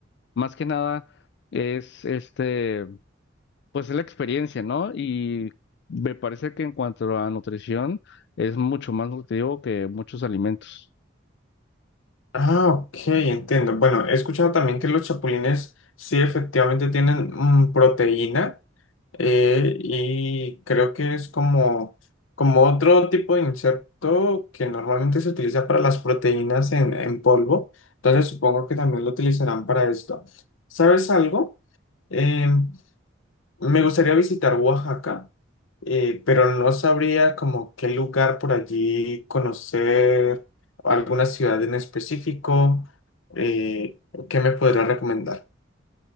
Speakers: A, on the left; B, on the left.
A: más que nada... Es este pues es la experiencia, ¿no? Y me parece que en cuanto a nutrición es mucho más nutritivo que muchos alimentos.
B: Ah, ok, entiendo. Bueno, he escuchado también que los chapulines sí efectivamente tienen mm, proteína. Eh, y creo que es como, como otro tipo de insecto que normalmente se utiliza para las proteínas en, en polvo. Entonces supongo que también lo utilizarán para esto. ¿Sabes algo? Em, me gustaría visitar Oaxaca, eh, pero no sabría como qué lugar por allí conocer, alguna ciudad en específico. Eh, ¿qué me podría recomendar?